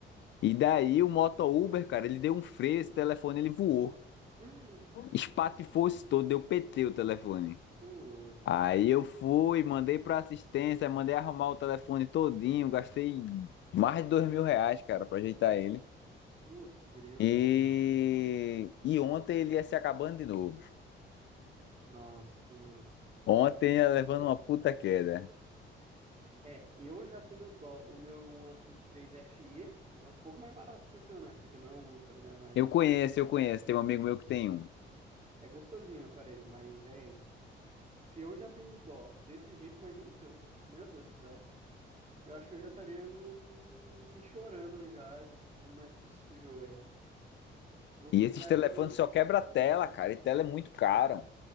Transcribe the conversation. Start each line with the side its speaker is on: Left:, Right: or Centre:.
Left: E daí o moto Uber, cara, ele deu um freio, esse telefone ele voou.
Right: aham. <gasps>
Left: Espatifou se todo, deu PT o telefone.
Right: Putz,
Left: Aí eu fui, mandei pra assistência, mandei arrumar o telefone todinho, gastei mais de dois mil reais, cara, pra ajeitar ele.
Right: putz, grila,
Left: E,
Right: velho.
Left: e ontem ele ia se acabando de novo.
Right: Nossa, mano.
Left: Ontem ia
Right: Imagina.
Left: levando uma puta queda.
Right: É, eu já tenho dó. O meu é um S23 vinte e FE é um pouco mais barato que o seu, né? Porque não é o Ultra, né? Mas
Left: Eu conheço, eu conheço, tem um amigo meu que tem um.
Right: é gostosinho o aparelho. Mas, velho, se eu já tenho dó desse jeito, imagina o seu. Meu Deus do céu. Eu acho que eu já estaria me, me chorando já, de tipo, não é possível, velho. Vou
Left: E
Right: quebrar
Left: esses telefones
Right: de novo.
Left: só quebra a tela, cara, e tela é muito caro.